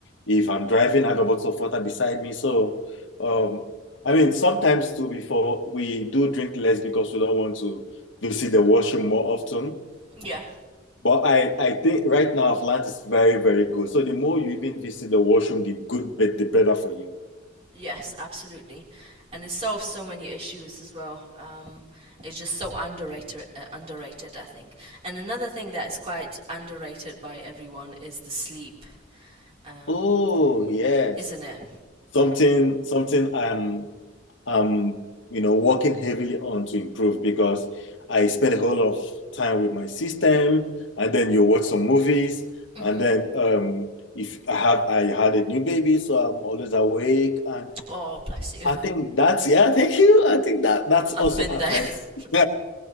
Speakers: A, on the left; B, on the right.
A: If I'm driving, I have a bottle of water beside me. So, um, I mean, sometimes too, before we do drink less because we don't want to visit the washroom more often.
B: Yeah.
A: But I, I think right now I've learned it's very, very good. So the more you even visit the washroom, the good, the better for you.
B: Yes, absolutely, and it solves so many issues as well. Um, it's just so underrated, uh, underrated, I think. And another thing that is quite underrated by everyone is the sleep, um,
A: Oh, yes.
B: isn't it?
A: Something something I'm I'm you know working heavily on to improve because I spend a whole lot of time with my system and then you watch some movies
B: hmm
A: and then um if I have I had a new baby so I'm always awake and
B: Oh, bless you.
A: I think that's yeah, <laughs> thank you. I think that
B: <laughs>
A: that's
B: I've
A: also
B: been
A: affects.
B: there. <laughs>
A: <laughs>